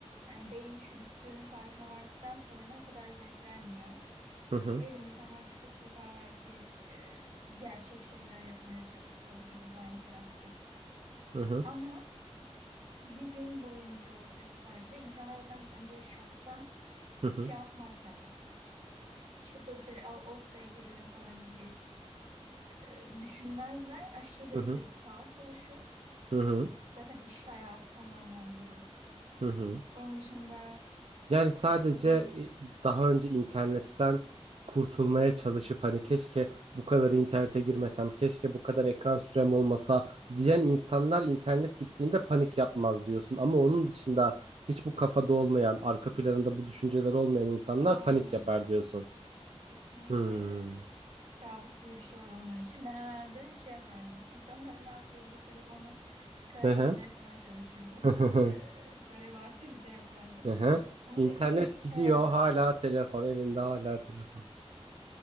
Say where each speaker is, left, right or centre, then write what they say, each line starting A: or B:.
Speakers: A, on the right; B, on the right.
A: hani beyin çürüttüğünün farkına vardıktan sonra o kadar zevk vermiyor.
B: Hı hı.
A: Ne bileyim insanlar çıkıp sokağa belki e, gerçek şeyler yapmaya ç- çalışırdı daha interaktif.
B: Hı hı.
A: Ama bir gün boyunca olacaksa sadece insanlar zaten önce şoktan
B: Hı hı.
A: şey yapmaz hani çıkıp da dışarı "Aa, oh be gezelim falan gibi e, düşünmezler. Aşırı derecede
B: Hı hı.
A: bir kaos oluşur.
B: Hı hı.
A: E, zaten iş hayatı tamamen durur.
B: Hı hı.
A: Onun dışında
B: Yani
A: e,
B: sadece
A: bunun
B: e, daha önce internetten kurtulmaya çalışıp hani keşke bu kadar internete girmesem,
A: Hı hı.
B: keşke bu kadar ekran sürem olmasa diyen insanlar internet gittiğinde panik yapmaz diyorsun. Ama onun dışında hiç bu kafada olmayan, arka planında bu düşünceler olmayan insanlar
A: aynen
B: panik yapar diyorsun.
A: Kesinlikle
B: Hmm.
A: e, kabus gibi bir şey olur onlar için. Ben herhalde şey yapardım. İnsanlar ne yapıyor diye telefonu kaydetmeye
B: Ehe.
A: falan çalışırdım.
B: <laughs>
A: Ee, böyle bir <laughs> aktivite yapardım.
B: Ehe.
A: Ama
B: İnternet
A: dediğim gibi iş
B: gidiyor
A: hayatı.
B: hala telefon elinde hala telefon.